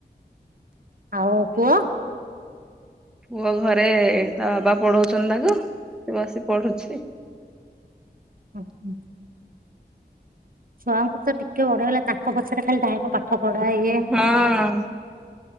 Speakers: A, on the right; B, in the centre.
A: ଆଉ ପୁଅ?
B: ପୁଅ ଘରେ ତା ବାବା ପଢଉଚନ୍ତି ତାକୁ ସେ ବସି ପଢୁଚି।
A: ହଁ ହଁ ଛଆଙ୍କୁ ତ ଟିକେ ବଡ ହେଇଗଲା ତାଙ୍କ ପଛରେ ଖାଲି ଧାଇଁବ ପା ପାଠ‌ପଢା ଇଏ
B: ହଁ।